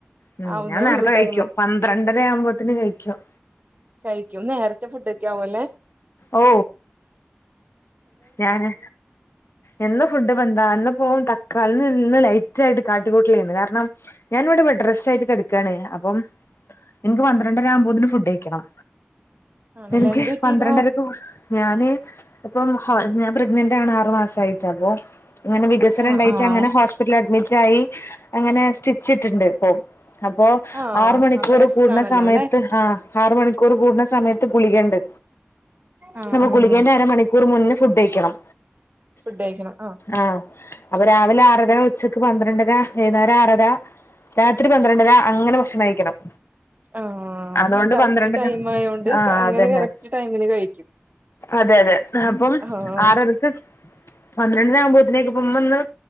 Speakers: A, on the left; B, on the right.
A: ഉം
B: ആവുന്നേ
A: ഞാൻ നേരത്തെ
B: ഉള്ളൂ
A: കഴിക്കും
B: ടൈമ്
A: പന്ത്രെണ്ടര ആവുമ്പോത്തിന് കഴിക്കും
B: കഴിക്കും നേരത്തെ ഫുഡൊക്കെയാവു അല്ലെ
A: ഓ ഞാന് ഇന്നും ഫുഡ് പ്പഎന്താ ഇന്ന്പ്പോ തക്കാള് ഇന്ന് ഇന്ന് ലൈറ്റ് ആയിട്ട് കാട്ടി കൂട്ടലേയ്ന്ന് കാരണം ഞാൻ ഇവടെ ബെഡ്റെസ്റ്റായിട്ട് കെട്ക്കാണ് അപ്പം ഇൻക്ക് പന്ത്രണ്ടര ആവുമ്പോത്തിന് ഫുഡ് കഴിക്കണം
B: ആണല്ലേ
A: ഇൻക്ക്
B: എന്ത് പറ്റിയതാ
A: പന്ത്രണ്ടരക്ക് ഫു ഞാന് ഇപ്പം ഞാൻ ഹോ ഞാൻ പ്രഗ്നന്റ് ആണ് ആറ് മാസയിട്ട് അപ്പൊ ഇങ്ങനെ വികസനം
B: ആഹ്
A: ഇണ്ടായിറ്റ്
B: ആഹ്
A: അങ്ങനെ ഹോസ്പിറ്റൽല് അഡ്മിറ്റ് ആയി അങ്ങനെ സ്റ്റിച്ചിട്ട്ട്ട്ണ്ട് ഇപ്പൊ അപ്പൊ
B: ആഹ്
A: ആറ് മണിക്കൂറ്
B: അപ്പൊ റെസ്റ്റ്
A: കൂട്ണ
B: ആണല്ലോ
A: സമയത്ത്
B: അല്ലെ
A: ആഹ് ആറ് മണിക്കൂറ് കൂട്ണ സമയത്ത് ഗുളികണ്ട്
B: ആഹ്
A: അപ്പ
B: ആഹ്
A: ഗുളികേന്റെ അരമണിക്കൂർ മുന്നെ ഫുഡ് കഴിക്കണം
B: ഫുഡ് കഴിക്കണം
A: ആഹ് അപ്പൊ രാവിലെ ആറര ഉച്ചക്ക് പന്ത്രണ്ടര വെയ്ന്നാരം ആറര രാത്രി പന്ത്രണ്ടര അങ്ങനെ ഭക്ഷണം കഴിക്കണം
B: ആഹ് അപ്പൊ
A: അതുകൊണ്ട്
B: കറക്റ്റ്
A: പന്ത്രണ്ടര
B: ടൈം ആയോണ്ട്
A: ആഹ്
B: അങ്ങനെ
A: അതന്നെ
B: കറക്റ്റ് ടൈമിന് കഴിക്കും
A: അതെ അതെ അപ്പം
B: ആഹ്
A: ആറരക്ക് പന്ത്രണ്ടണി ആവുമ്പോത്തിനേക്ക് ഇപ്പൊ ഉമ്മ ഇന്ന്